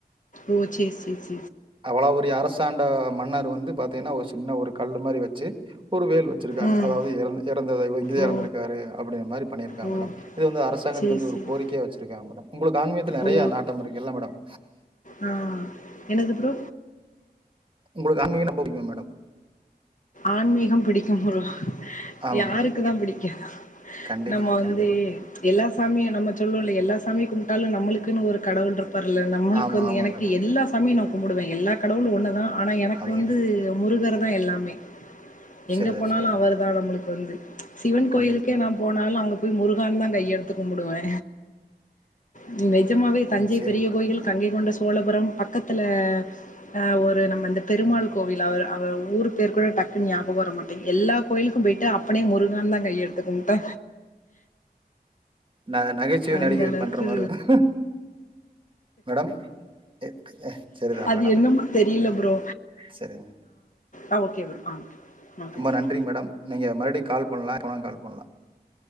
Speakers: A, on the left; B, on the right.
A: ஓ சேர் சேர் சே
B: அவளோ பெரிய அரசாண்ட மன்னர் வந்து பாத்தேனா ஒரு சின்ன ஒரு கல்லு மாரி வெச்சு ஒரு வேல் வெச்சிருக்காங்க
A: ம்.
B: அதாவது இறந் இறந்தது இறந்திருக்காரு
A: ஓ!
B: அப்படின்ற மாதிரி பண்ணியிருக்காங்க
A: ஓ!
B: மேடம் இது வந்து அரசாங்கத்துக்
A: சரி,
B: வந்து
A: சரி.
B: ஒரு கோரிக்கையா வெச்சிருக்காங்க மேடம் உங்குளுக்கு ஆன்மீகத்துல நெறைய
A: ஓ!
B: நாட்டம் இருக்கு இல்ல மேடம்
A: ஆ என்னது ப்ரோ
B: உங்களுக்கு ஆன்மீக ரொம்ப பிடிக்கு மேடம்
A: ஆன்மீகம் பிடிக்கும் ப்ரோ
B: ஆமா
A: யாருக்கு
B: மேடம்
A: தா பிடிக்கா
B: கண்டிப்பா
A: நம்ம வந்து
B: கண்டிப்பா
A: எல்லா சாமியு நம்ம சொல்லு இல்ல எல்லா சாமியு கும்ப்ட்டாலு நம்மளுக்குன்னு ஒரு கடவுள் இருப் வரல நம்மளுக்கு
B: ஆமா
A: வந்து
B: ஆமா
A: எனக்கு
B: மேடம்
A: ப்பார்ல எல்லா சாமியு நா கும்பிடுவே எல்லா கடவுளு ஒன்னு தா ஆனா எனக்கு
B: அதுதா
A: வந்து முருகர் தா எல்லாமே எங்க
B: சரிதா
A: போனாலு
B: சரிதா
A: அவர் தா நம்மளுக்கு வந்து சிவன்
B: கண்டிப்பா
A: கோயிலுக் கே நா போனாலு அங்க போய் முருகானு தா கையெடுத்து கும்புடுவே நீ நெஜமாவே தஞ்சை
B: சரி
A: பெரிய
B: மேடம்
A: கோயில் கங்கை கொண்ட சோழபுரம் பக்கத்துல அ ஒரு நம்ம வந்து பெருமாள் கோவில் அவர் அவர் ஊருக் பேர் கூட டக்குனு ஞாபக வர மாட்டேங்க எல்லா கோயிலுக்கு போயிட்டு அப்பனே முருகானு தா கையெடுத்து கும்ப்ட்ட
B: நா நகைச்சுவை
A: அந்த
B: நடிகை
A: அளவுக்கு
B: பண்ற மாரி இருக்கு மேடம் எ எ சரிதா
A: அது
B: மேடம்
A: என்னமோ தெரியல ப்ரோ
B: சரிங்க
A: ஆ ஓகே மேம் ஆ ஓகே
B: ரொம்ப
A: தேங்க்யூ
B: நன்றி மேடம் நீங்க மறுபடியு கால் பண்ணலா எப்பனா கால் பண்ணலா